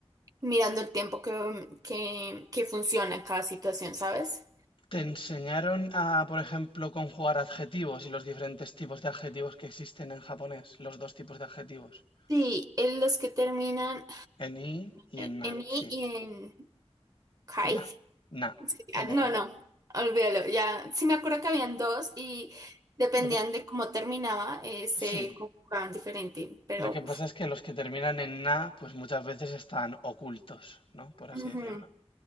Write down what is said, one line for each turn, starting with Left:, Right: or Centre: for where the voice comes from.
Right: mirando el tiempo que, que, que funciona en cada situación, ¿sabes?
Left: ¿Te enseñaron a, por ejemplo, conjugar adjetivos y los diferentes tipos de adjetivos que existen en japonés? Los dos tipos de adjetivos,
Right: Sí, en los que terminan.
Left: en i y
Right: En
Left: en na,
Right: en I
Left: sí.
Right: y en Kai.
Left: Na, na,
Right: Sí, ah,
Left: na.
Right: No, no, olvídalo. Ya sí me acuerdo que habían dos y dependían
Left: Lo que-
Right: de cómo terminaba, eh, se
Left: sí,
Right: conjugaban diferente. Pero,
Left: lo que pasa
Right: uff,
Left: es que los que terminan en na, pues muchas veces están ocultos, ¿no? Por
Right: ujú,
Left: así decirlo.